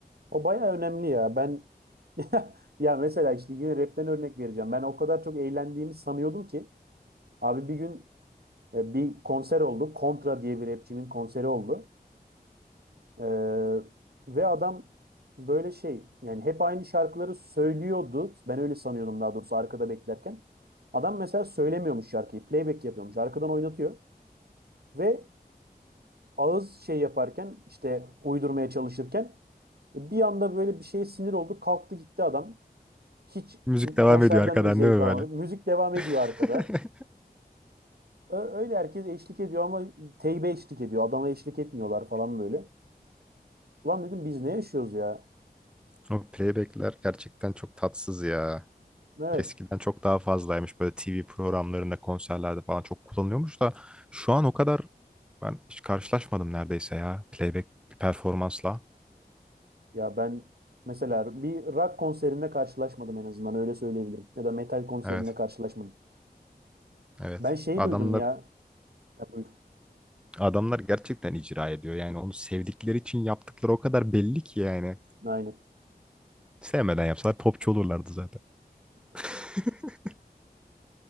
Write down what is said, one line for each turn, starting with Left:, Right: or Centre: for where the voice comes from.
Right: O baya önemli ya. Ben <laughs> ya mesela işte yine rapten örnek vereceğim. Ben o kadar çok eğlendiğimi sanıyordum ki abi bir gün e, bir konser oldu. Kontra diye bir rapçinin konseri oldu. Ee, ve adam böyle şey yani hep aynı şarkıları söylüyordu. Ben öyle sanıyordum daha doğrusu arkada beklerken. Adam mesela söylemiyormuş şarkıyı. Playback yapıyormuş. Arkadan oynatıyor. Ve ağız şey yaparken işte uydurmaya çalışırken e, bir anda böyle bir şeye sinir oldu. Kalktı gitti adam. Hiç
Centre: Müzik devam
Right: konserden
Centre: ediyor arkadan
Right: de zevk
Centre: değil mi
Right: alamadık.
Centre: böyle?
Right: Müzik devam ediyor
Centre: <laughs>
Right: arkada. Öyle herkes eşlik ediyor ama teybe eşlik ediyor. Adama eşlik etmiyorlar falan böyle. Ulan dedim biz ne yaşıyoruz ya?
Centre: O playbackler gerçekten çok tatsız ya.
Right: Evet.
Centre: Eskiden çok daha fazlaymış. Böyle TV programlarında, konserlerde falan çok kullanılıyormuş da şu an o kadar ben hiç karşılaşmadım neredeyse ya playback bir performansla.
Right: Ya ben mesela bir rock konserinde karşılaşmadım en azından öyle söyleyebilirim. Ya da metal konserinde
Centre: Evet,
Right: karşılaşmadım.
Centre: evet.
Right: Ben şey
Centre: Adamlar
Right: duydum ya. Ha, buyur.
Centre: adamlar gerçekten icra ediyor. Yani onu sevdikleri için yaptıkları o kadar belli ki yani.
Right: Aynen.
Centre: Sevmeden yapsalar popçu olurlardı zaten. <laughs>